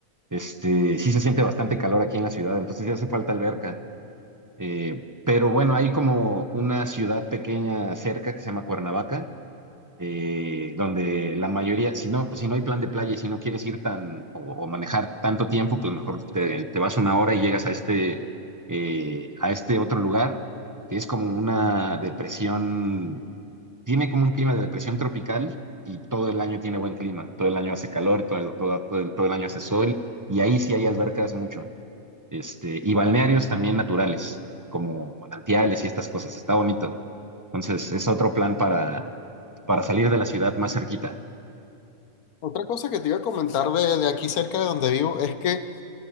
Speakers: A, on the right (about 15°); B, on the left (about 90°).
A: este, sí se siente bastante calor aquí en la ciudad, entonces ya hace falta alberca. Eh, pero bueno, hay como una ciudad pequeña cerca que se llama Cuernavaca eh, donde la mayoría, si no, pues, si no hay plan de playa y si no quieres ir tan o, o manejar tanto tiempo, pues mejor te, te vas una hora y llegas a este, eh, a este otro lugar, que es como una depresión, tiene como un clima de depresión tropical y todo el año tiene buen clima, todo el año hace calor, todo, todo, todo, el todo el año hace sol y ahí sí hay albercas mucho este, y balnearios también naturales, como manantiales y estas cosas. Está bonito. Entonces, es otro plan para, para salir de la ciudad más cerquita.
B: Otra cosa que te iba a comentar de, de aquí cerca de donde vivo es que,